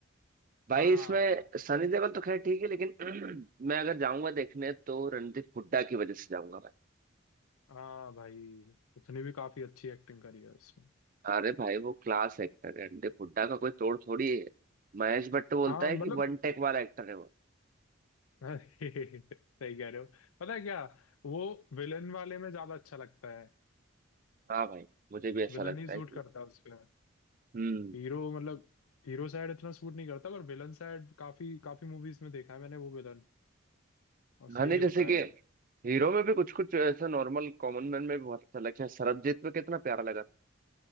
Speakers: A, on the right; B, on the left.
A: भाई
B: हाँ
A: इसमें सनी देओल तो खैर ठीक है लेकिन <clears throat> मैं अगर जाऊंगा देखने तो रणदीप हुड्डा की वजह से जाऊंगा भाई
B: हाँ भाई उसने भी काफी अच्छी एक्टिंग करी है उसमें
A: अरे भाई वो क्लास एक्टर है रणदीप हुड्डा का कोई तोड़ थोड़ी है महेश भट्ट बोलता
B: हाँ
A: है
B: मतलब
A: कि वन टेक वाला एक्टर है वो
B: अरे <laughs> सही कह रहे हो पता है क्या वो विलन वाले में ज्यादा अच्छा लगता है
A: हाँ भाई मुझे भी ऐसा
B: विलन
A: लगता
B: ही सूट
A: है कि
B: करता है उसपे
A: हम्म
B: हीरो मतलब हीरो साइड इतना सूट नहीं करता पर विलन साइड काफी काफी मूवीज में देखा है मैंने वो विलन और सही
A: हाँ नहीं जैसे
B: होता
A: कि
B: है
A: हीरो में भी कुछ कुछ ऐसा नॉर्मल कॉमन मैन में भी बहुत अच्छा लगता है सरबजीत में कितना प्यारा लगा था